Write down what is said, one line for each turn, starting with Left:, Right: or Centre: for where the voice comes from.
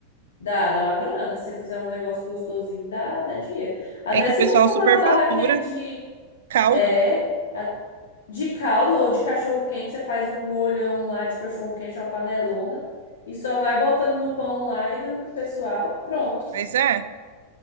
Left: Dá, dá uma grana. Se você fizer um negócio gostosinho, dá, dá dinheiro. Até
Right: É que
Left: se
Right: o pessoal
Left: montar
Right: superfatura
Left: uma barraquinha de,
Right: caldo.
Left: é, a- de caldo ou de cachorro-quente, você faz um molhão lá de cachorro-quente, uma panelona, e só vai botando no pão lá e dando pro pessoal. Pronto.
Right: Mas é,